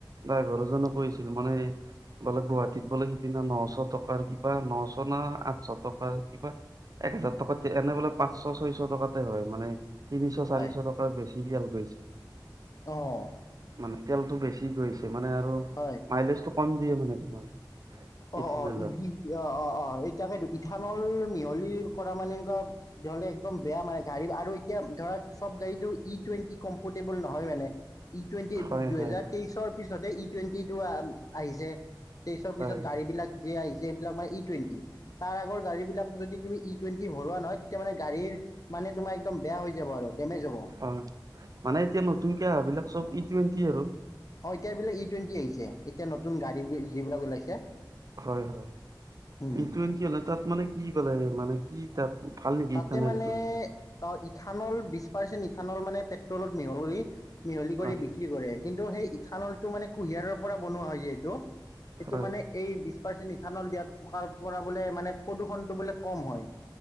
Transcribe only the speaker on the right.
ড্ৰাইভাৰ এজনে কৈছিল মানে বোলে গুৱাহাটীত বোলে সিদিনা নশ টকাৰ কিবা নশ ন আঠশ টকাৰ কিবা এক হেজাৰ টকাত এনে বোলে পাঁচশ ছয়শ টকাতে হয় মানে, তিনিশ চাৰিশ
টকাৰ বেছি তেল গৈছে।
মানে তেলটো বেছি গৈছে মানে আৰু
মাইলেজটো কম দিয়ে মানে তোমাৰ।
ইথানেলত
হয়
হয়
হয়
হয় মানে এতিয়া নতুনকে আহাবিলাক চব ইটুৱেণ্টি আৰু।
হয়-হয়
ই টুৱেণ্টি এটাত মানে কি পাই মানে কি তাত। ভাল নেকি
ইথানেলটো
হয়
হয়